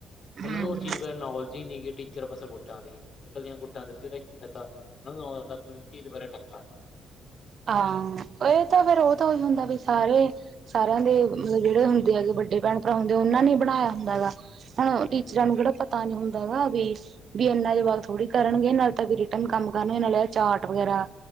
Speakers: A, on the left; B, on the right.
A: ਉਹਨਾਂ
B: ਹਮ
A: ਨੂੰ ਉਹ ਚੀਜ਼ ਨੋਲੇਜ ਹੀ ਨੀ ਜੇੜੀ ਚਿਰੋਂ ਪਾਸੇ ਗੁੱਡਾਂ ਦੀ ਮੈਂ ਕਿਹਾ ਇਕੱਲੀਆਂ ਗੁੱਡਾਂ ਦਿੱਤੇ ਤੇ ਕੀ ਪਤਾ, ਉਹਨਾਂ ਨੂੰ ਉਹਨਾਂ ਦਾ ਕੋਈ ਵੀ ਚੀਜ਼ ਬਾਰੇ ਡੱਕਾ ਨਹੀਂ ਹਗਾ।
B: ਹਾਂ, ਇਹ ਤਾਂ ਫੇਰ ਉਹ ਤਾਂ ਹੀ ਹੁੰਦਾ ਵੀ ਸਾਰੇ, ਸਾਰਿਆਂ ਦੇ
A: ਨਹੀਂ
B: ਮਤਲਬ ਜਿਹੜੇ ਹੁੰਦੇ ਹੈਗੇ ਵੱਡੇ ਭੈਣ ਭਰਾ ਹੁੰਦੇ ਆ, ਉਹਨਾਂ ਨੇ ਬਣਾਇ ਹੁੰਦਾ ਹੈਗਾ, ਹੁਣ ਟੀਚਰਾਂ
A: ਹੂੰ
B: ਨੂੰ ਕਿਹੜਾ ਪਤਾ ਨੀ ਹੁੰਨ <unintelligible> ਵੀ,
A: ਹੂੰ
B: ਵੀ ਇਨਾ ਦੀ ਬੋਤ ਥੋੜੀ ਕਰਨਗੇ, ਨਾਲ ਤਾਂ ਰਿਟਰਨ ਕੰਮ ਕਰਨਗੇ, ਨਾਲੇ ਚਾਰਟ ਵਗੈਰਾ